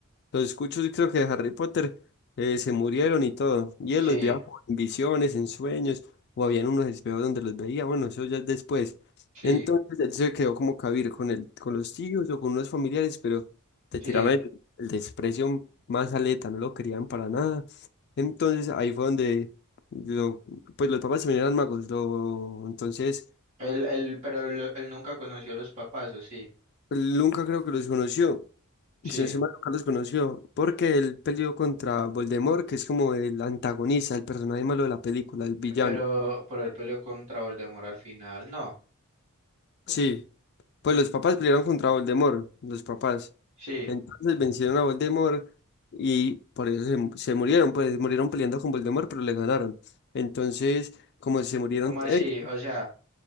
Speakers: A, on the left; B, on the right.
A: Los escucho, y creo que de Harry Potter eh, se murieron y todo. Y
B: Sí,
A: él los veía como en visiones, en sueños, o habían unos espejos donde los veía. Bueno, eso ya es después.
B: sí,
A: Entonces él se quedó como cabir con el, con los tíos o con unos familiares, pero te
B: sí.
A: tiraban el, el desprecio más aleta, no lo querían para nada. Entonces ahí fue donde lo, pues los papás también eran magos. Lo, entonces
B: Él, él, pero lo- él nunca conoció a los papás, ¿o sí?
A: él nunca creo que los conoció.
B: Sí,
A: Si no estoy mal, Carlos conoció porque él peleó contra Voldemort, que es como el antagonista, el personaje malo de la película, el villano.
B: pero, pero él peleó contra Voldemort al final, no,
A: Sí, pues los papás pelearon contra Voldemort, los papás.
B: sí,
A: Entonces vencieron a Voldemort y por eso se, se murieron, pues murieron peleando con Voldemort, pero le ganaron. Entonces, como se murieron
B: ¿Cómo así?
A: ellos,
B: O sea...